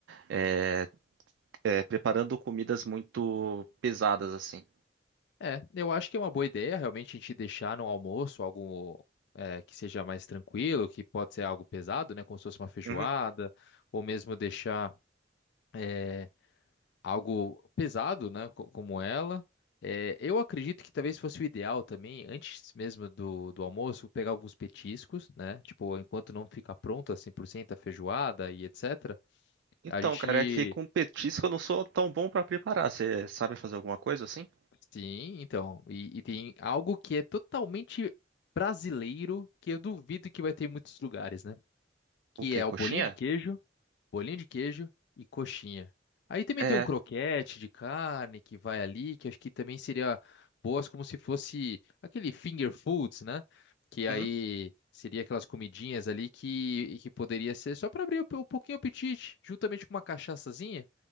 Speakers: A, on the right; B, on the left.
A: é, é, preparando comidas muito pesadas assim.
B: É, eu acho que é uma boa ideia realmente a gente deixar no almoço algo é, que seja mais tranquilo, que pode ser algo pesado, né? Como se fosse uma feijoada,
A: Uhum.
B: ou mesmo deixar. eh, algo pesado, né, co- como ela. É, eu acredito que talvez fosse o ideal também, antes mesmo do, do almoço, pegar alguns petiscos, né? Tipo, enquanto não fica pronta 100% a feijoada e etc.
A: Então,
B: A gente.
A: cara, é que com petisco eu não sou tão bom para preparar. Você sabe fazer alguma coisa assim?
B: Sim, então. E, e tem algo que é totalmente brasileiro, que eu duvido que vai ter em muitos lugares, né? Que
A: O quê?
B: é
A: Coxinha?
B: o bolinho de queijo bolinha de queijo e coxinha. Aí também
A: É,
B: tem um croquete de carne que vai ali, que acho que também seria boas como se fosse aquele finger foods, né? Que
A: uhum.
B: aí seria aquelas comidinhas ali que, que poderia ser só para abrir um pouquinho o apetite, juntamente com uma cachaçazinha,